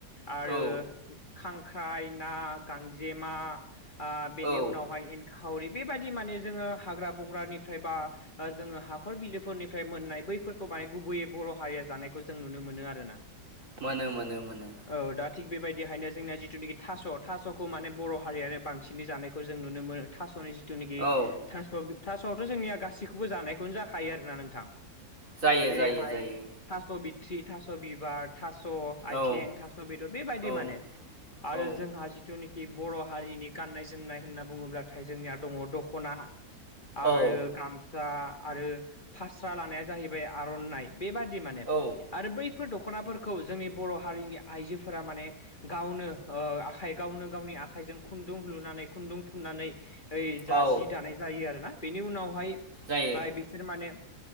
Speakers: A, on the left; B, on the right.
A: आरो
B: औ
A: खांख्राइ ना गांजेमा बेनि
B: औ
A: ओ उनावहाय एं खावरि बेबादि माने जोङो हाग्रा बंग्रानिफ्राय बा ओ जोङो हाखर बिलोफोरनिफ्राय मोननाय बैफोरखौ माने गुबैयै बर' हारिया जानायखौ जों नुनो मोनो आरो ना
B: मोनो मोनो मोनो।
A: औ दा थिग बेबायदिहायनो जोंना जिथुनाखि थास' थास'खौ माने बर' हारियानो बांसिनै जानायखौ जों नुनो मोनो। थास'नि जिथुनिखि
B: औ
A: थास' थास'आवथ' जोंनिया गासिखौबो जानायखौनो जाखायो आरोना नोंथां
B: जायो
A: जेरैहाय
B: जायो जायो
A: थास' बिथ्रि थास' बिबार थास' आयथें
B: औ
A: थास' बेदर बेबायदि
B: औ
A: माने आरो
B: औ
A: जोंहा जिनुखि बर' हारिनि गाननाय जोमनाय होनना बुङोब्लाथाय जोंनिया दङ दख'ना
B: औ
A: आरो गाम सा आरो फास्रा लानाया जाहैबाय आर'नाइ बेबादि माने।
B: औ
A: आरो बैफोर दख'नाफोरखौ जोंनि बर' हारिनि आइजोफोरा माने गावनो ओ आखाइ गावनो गावनि आखाइजों खुन्दुं लुनानै खुन्दुं थुननानै ओइ
B: औ
A: जा जि दानाय जायो आरोना बेनि उनावहाय
B: जायो
A: हाय बिसोर माने